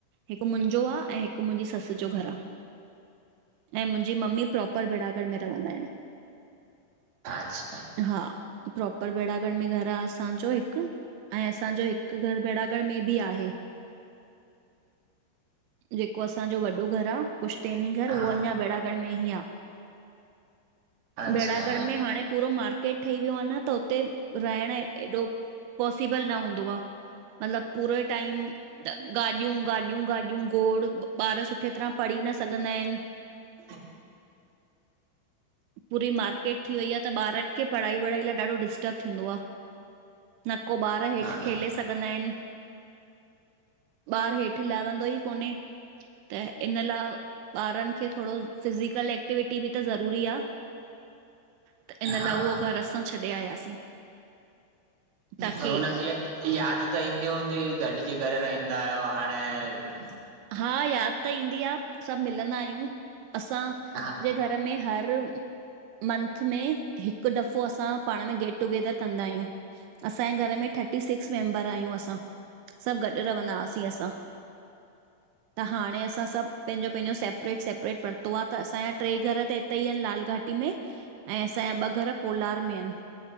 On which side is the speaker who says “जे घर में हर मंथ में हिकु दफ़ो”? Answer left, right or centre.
Right